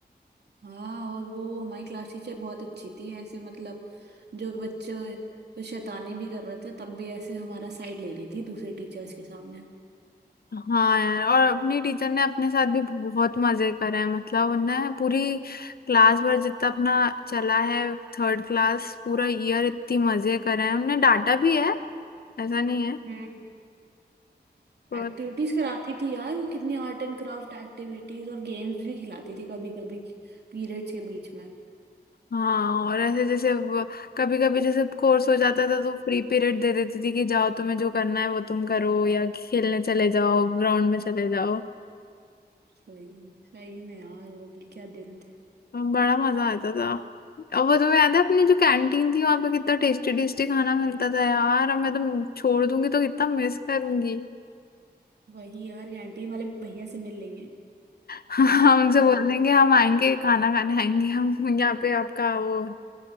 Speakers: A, on the right; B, on the left.
A: हाँ और वो हमारी क्लास टीचर बहुत अच्छी थी ऐसे मतलब जो बच्चे तो शैतानी भी कर रहे थे तब भी ऐसे हमारा साइड ले रही थी दूसरे टीचर्स के सामने
B: हाँ यार और अपनी टीचर ने अपने साथ भी बहुत मजे करे हैं मतलब उन्हें पूरी क्लास भर जितना अपना चला है थर्ड क्लास पूरा ईयर इतनी मजे करे हैं उन्हें डांटा भी है ऐसा नहीं है
A: हम्म
B: पर
A: एक्टिविटीज कराती थी यार वो कितनी आर्ट एंड क्राफ्ट एक्टिविटीज और गेम्स भी खिलाती थी कभी कभी पीरियड्स के बीच में
B: हाँ और ऐसे जैसे कभी कभी जैसे कोर्स हो जाता था तो फ्री पीरियड दे देती थी कि जाओ तुम्हें जो करना है वो तुम करो या खेलने चले जाओ ग्राउंड में चले जाओ
A: सही सही में यार वो भी क्या दिन थे
B: तो बड़ा मजा आता था अब वो तुम्हें याद है अपनी जो कैंटीन थी वहां पे कितना टेस्टी टेस्टी खाना मिलता था यार अब मैं तो छोड़ दूंगी तो कितना मिस करूंगी
A: वही यार कैंटीन वाले भैया से मिल लेंगे
B: <laughs> हम
A: <laughs>
B: उनसे
A: क्या-
B: बोल देंगे हम आएंगे खाना खाने आएंगे हम यहाँ पे आपका वो